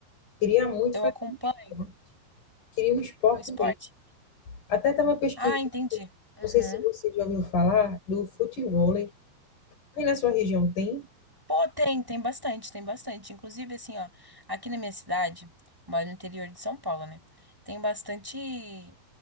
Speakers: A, on the left (about 45°); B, in the centre.
A: queria muito
B: Eu
A: fazer
B: acompanho
A: um esporte, queria um esporte
B: um esporte.
A: mesmo. Até estava pesquisando,
B: Ah, entendi. Uhum.
A: não sei se você já ouviu falar, do futebol. Aí na sua região tem?
B: Pô, tem, tem bastante, tem bastante. Inclusive, assim, ó, aqui na minha cidade, eu moro no interior de São Paulo, né? Tem bastante.